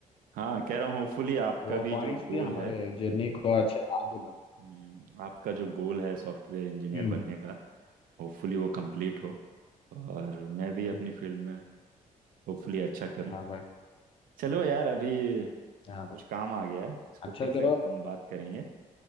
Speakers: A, on the right (about 80°); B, on the left (about 40°).
A: हाँ कह रहा हूँ होपफुली आपका
B: वो
A: भी
B: पॉइंट्स
A: जो गोल
B: भी हमारे
A: है
B: जर्नी को अच्छा आगे बढ़
A: हम्म, आपका जो गोल है सॉफ्टवेयर इंजीनियर
B: हम्म
A: बनने का होपफुली वो कंप्लीट हो और मैं भी अपनी
B: हम्म,
A: फील्ड में होपफुली अच्छा करूँ
B: हाँ भाई
A: चलो यार अभी
B: हाँ भाई
A: कुछ काम आ गया है इसको
B: अच्छा
A: फिर से
B: करो
A: हम बात करेंगे